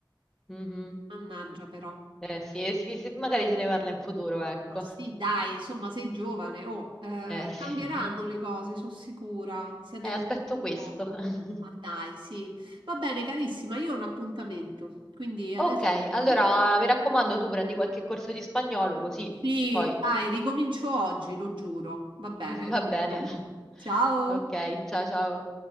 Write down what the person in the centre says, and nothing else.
Mhm.
Eh, sì, sì, sì, magari se ne parla in futuro, ecco.
Eh sì.
<laughs>
Eh, aspetto questo.
<laughs>
Ok,
allora
mi raccomando, tu prendi qualche corso di spagnolo così
poi
<laughs> va bene.
<laughs>
Ok, ciao ciao.